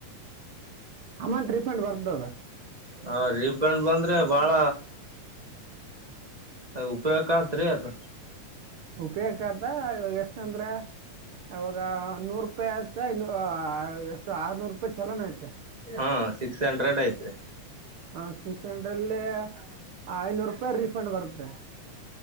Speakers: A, on the right (about 80°); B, on the right (about 20°).
A: ಅಮೌಂಟ್ ರಿಫಂಡ್ ಬರ್ತದದ್
B: ಹ ರೀಪೆಂಡ ಬಂದ್ರೆ ಬಾಳ ಉಪಯೋಗ ಕಾತ್ರಿ ಅದ್
A: ಉಪಯೊಕಾತದ ಇವಾಗ ಎಷ್ಟ ಅಂದ್ರೆ ಇವಾಗ ನೂರು ರೂಪಾಯಿ ಆಯ್ತಾ ಇನ್ನು ಎಷ್ಟ ಆರ್ನೂರು ರೂಪಾಯಿ ಚಲನ ಐತೆ
B: ಹ್ ಸಿಕ್ಸ್ ಹಂಡ್ರೆಡ್ ಐತ್ರಿ
A: ಹ ಸಿಕ್ಸ್ ಹಂಡ್ರೆಡ್ ಅಲ್ಲಿ ಹ ಐನೂರು ರೂಪಾಯಿ ರೀಫಂಡ್ ಬರುತ್ತೆ